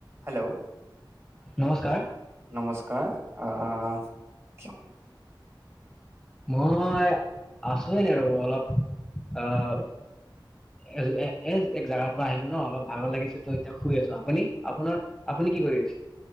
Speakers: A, on the right (about 30°); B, in the centre.
A: Hello
B: নমস্কাৰ
A: নমস্কাৰ আহ অ
B: মই আছো এনেই ৰব অলপ আহ এ এ এ এক জেগাৰ পৰা আহিলো ন অলপ ভালৰ লাগিছে ত এতিয়া শুই আছো আপুনি আপোনাৰ আপুনি কি কৰি আছে